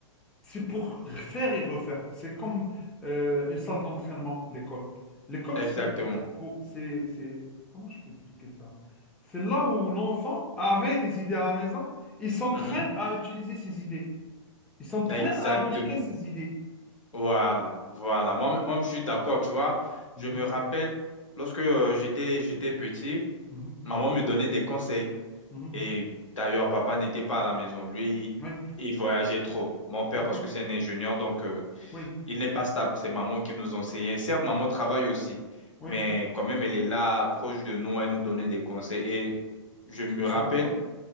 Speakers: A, in the centre; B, on the left.
A: C'est pour faire et refaire. C'est comme euh, une salle d'entraînement, l'école. L'école,
B: Exactement.
A: c'est c'est pour... C'est, c'est... Comment je peux expliquer ça? C'est là où l'enfant avait des idées à la maison. Il s'entraîne
B: Mhm.
A: à utiliser ses idées. Il s'entraîne
B: Exactement.
A: à appliquer ses idées.
B: Voilà, voilà.
A: Voilà.
B: Moi, moi, je suis d'accord, tu vois.
A: Mhm.
B: Je me rappelle, lorsque euh, j'étais,
A: Mhm.
B: j'étais petit,
A: Mhm.
B: maman me donnait des conseils.
A: Mhm.
B: Et d'ailleurs, papa n'était pas à la maison. Lui,
A: Oui.
B: il voyageait trop. Mon père,
A: OK.
B: parce que c'est un ingénieur, donc euh,
A: Oui.
B: il n'est pas stable. C'est maman qui nous enseignait. Certes, maman travaille aussi,
A: Oui.
B: mais quand même, elle est là, proche de nous, elle nous donnait des conseils. Et je me
A: C'est son
B: rappelle,
A: rôle.